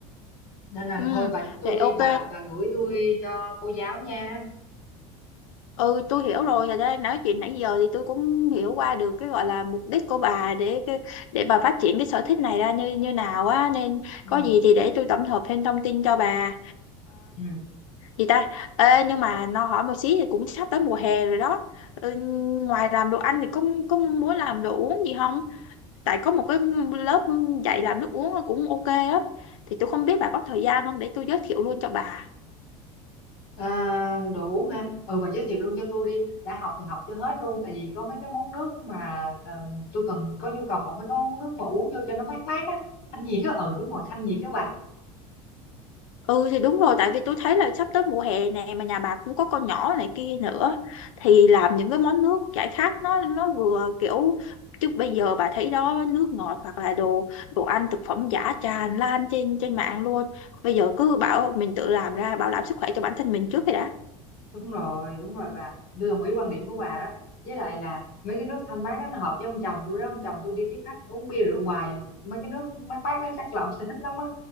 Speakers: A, on the left; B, on the left.
A: nên là
B: ừ
A: thôi bà giúp tôi
B: vậy
A: đi
B: ok
A: bà bà gửi tôi cho cô giáo nha
B: ừ tôi hiểu rồi Thật ra nói chuyện nãy giờ thì tôi cũng hiểu qua được cái gọi là mục đích của bà để cái- để bà phát triển cái sở thích này ra như như nào á nên
A: ừ
B: có gì thì để tôi tổng hợp thêm thông tin cho bà
A: ừ
B: gì ta Ê, nhưng mà nó hỏi một xí thì cũng sắp tới mùa hè rồi đó ừ, ngoài làm đồ ăn thì có có muốn làm đồ uống gì không tại có một cái lớp dạy làm nước uống cũng ok á thì tôi không biết bà có thời gian không để tôi giới thiệu luôn cho bà
A: À, đủ ha ừ bà giới thiệu luôn cho tôi đi đã học thì học cho hết luôn tại vì có mấy cái món nước mà ờ, tôi cần có nhu cầu học mấy cái món nước mà uống vô cho nó mát mát á thanh nhiệt á ừ đúng rồi thanh nhiệt á bà
B: Ừ thì đúng rồi tại vì tôi thấy là sắp tới mùa hè nè mà nhà bà cũng có con nhỏ này kia nữa thì làm những cái món nước giải khát nó nó vừa kiểu chứ bây giờ bà thấy đó nước ngọt hoặc là đồ đồ ăn thực phẩm giả tràn lan trên trên mạng luôn bây giờ cứ bảo mình tự làm ra bảo đảm sức khỏe cho bản thân mình trước rồi đã
A: đúng rồi đúng rồi bà tôi đồng ý quan điểm của bà đó với lại là mấy cái nước thanh mát đó nó hợp với ông chồng tôi đó ông chồng tôi đi tiếp khách uống bia rượu hoài mấy cái nước mát mát đó chắc là ông sẽ thích lắm á